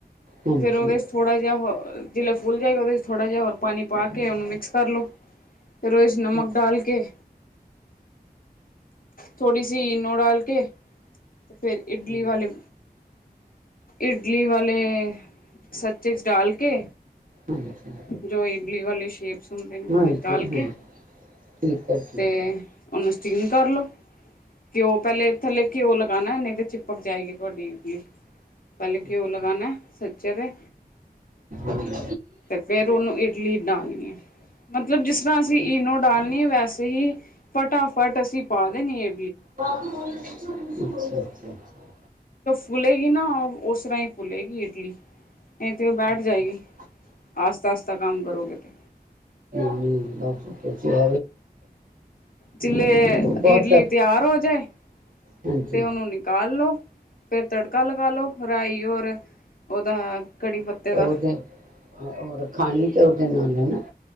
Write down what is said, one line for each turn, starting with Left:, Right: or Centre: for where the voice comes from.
Right: ਹਾਂਜੀ
Left: ਫੇਿਰ ਉਹਦੇ ਚ ਥੋੜਾ ਜਿਹਾ ਹੋਰ ਆ ਜਿਲੇ ਫੁੱਲ ਜਾਏਗੀ, ਉਹਦੇ ਚ ਥੋੜ੍ਹਾ ਜਿਹਾ ਹੋਰ ਪਾਣੀ ਪਾ ਕੇ, ਉਹਨੂੰ ਮਿਕਸ ਕਰ ਲਓ। ਫਿਰ ਓਹਦੇ ਵਿਚ ਨਮਕ
Right: ਹਾਂਜੀ
Left: ਡਾਲ ਕੇ ਥੋੜੀ ਸੀ ਇਨੋ ਡਾਲ ਕੇ ਤੇ ਫੇਿਰ ਇਡਲੀ
Right: ਹਾਂ
Left: ਵਾਲੇ ਇਡਲੀ ਵਾਲੇ ਸੱਚੇ ਚ ਡਾਲ ਕੇ
Right: ਹਾਂਜੀ
Left: ਜੋ ਇਡਲੀ ਵਾਲੀ ਸ਼ੇਪਸ <unintelligible> ਉਹਦੇ
Right: ਹਾਂਜੀ
Left: ਚ ਡਾਲ ਕੇ
Right: ਹਾਂਜੀ ਠੀਕ ਹੈ ਠੀਕ
Left: ਤੇ
Right: ਹੈ
Left: ਉਹਨੂੰ ਸਟੀਮ ਕਰਲੋ। ਘਿਓ ਪਹਿਲੇ ਥੱਲੇ ਘਿਓ ਲਗਾਉਣਾ ਹੈ, ਨਹੀਂ ਤੇ ਚਿਪਕ ਜਾਏਗੀ ਤੁਹਾਡੀ ਇਟਲੀ। ਪਹਿਲੇ
Right: ਅੱਛਾ
Left: ਘਿਓ ਲਗਾਨਾ ਹੈ, ਸ ਚਰੇ
Right: ਹਾਂਜੀ
Left: ਤੇ ਫੇਰ ਉਹਨੂੰ ਇਡਲੀ ਨਾਲ ਮਤਲਬ ਜਿਸ ਤਰ੍ਹਾਂ ਅਸੀਂ ਈਨੋ ਡਾਲਣੀ ਹੈ, ਵੈਸੇ ਹੀ ਫਟਾਫਟ ਅਸੀਂ ਪਾ ਦੇਣੀ ਹੈ।
Right: ਬਾਅਦ ਚ ਬੋਲਣਾ ਵਿਚ ਨਹੀਂ ਬੋਲਣਾ ਤੁਸੀਂ ਅਛਾੱ-ਅਛਾ
Left: ਫੁੱਲਲੇਗੀ ਨਾ ਓਹੋ, ਉਸਰ੍ਹਾਂ ਹੀ ਫੁਲੇਗੀ ਇਡਲੀ। ਨਹੀਂ ਤੇ ਉਹ ਬੈਠ
Right: ਅੱਛਾ
Left: ਜਾਏਗੀ, ਆਹਿਸਤਾ ਆਹਿਸਤਾ ਕੰਮ ਕਰੋਗੇ ਤੇ।
Right: ਨਹੀਂ ਬਸ <unintelligible>
Left: ਜਿਲੇ
Right: ਬਹੁਤ
Left: ਇਡਲੀ ਤਿਆਰ ਹੋ ਜਾਏ
Right: ਹਾਂਜੀ
Left: ਤੇ ਉਹਨੂੰ ਨਿਕਾਲ ਲੋੋ। ਫੇਿਰ ਤੜਕਾ ਲਗਾ ਲੋ, ਰਾਈ ਔਰ ਉਹਦਾ ਕੜੀ ਪੱਤੇ
Right: ਤੇ
Left: ਦਾ
Right: ਉਹਦੇ ਔਰ, ਖਾਣੀ ਤੇ ਉਹਦੇ ਨਾਲ ਹੈਨਾ